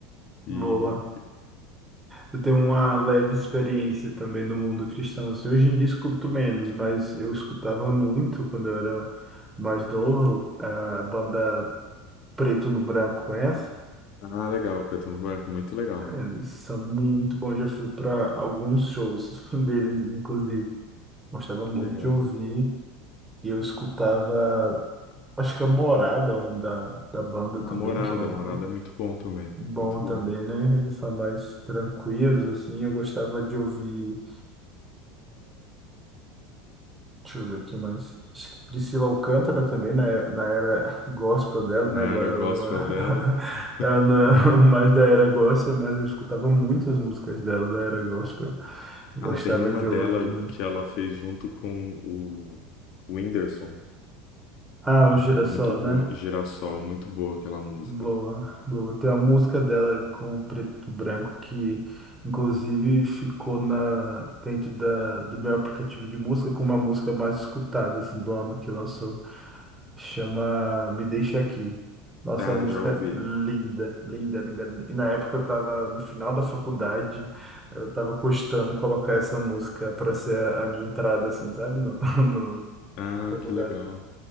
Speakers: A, on the left; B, on the right.
A: E
B: Boa. Eu tenho uma leve experiência também no mundo cristão. Assim, hoje em dia escuto menos, mas eu escutava muito quando eu era mais novo. é, A banda Preto no Branco, conhece?
A: ah, legal, Preto no Branco, muito legal.
B: Eles são muito bons. Já fui para alguns shows <laughs> deles, inclusive. Gostava
A: Que
B: muito
A: legal.
B: de ouvir. E eu escutava, acho que é Morada, é o nome da, da banda
A: A
B: também,
A: Morada,
B: que é um,
A: Morada é muito bom também,
B: bom
A: muito bom.
B: também, né? Eles são mais tranquilos, assim. Eu gostava de ouvir, deixa eu ver aqui mais. Acho que Priscila Alcântara também, na, na era <laughs> gospel dela,
A: Na
B: né? Agora
A: era gospel
B: ela não, é-
A: dela, né?
B: <laughs> ela não é mais da era gospel, mas eu escutava muitas músicas dela, da era gospel. Eu Gostava
A: ah, tem uma
B: de
A: dela
B: ouvir.
A: que ela fez junto com o o Whindersson.
B: Ah, o
A: É
B: Girassol,
A: muito boa,
B: né?
A: Girassol, muito boa aquela música.
B: Boa, boa. Tem uma música dela com preto e branco que, inclusive, ficou na, dentro da, do meu aplicativo de música como a música mais escutada, assim, do ano que lançou. Chama Me Deixa Aqui. Nossa,
A: Ah,
B: é uma música
A: já ouvi.
B: linda, linda, linda. E na época eu estava no final da faculdade, eu estava cogitando colocar essa música para ser a a minha entrada, assim, sabe? No, <laughs> no,
A: Ah,
B: faculdade.
A: que legal,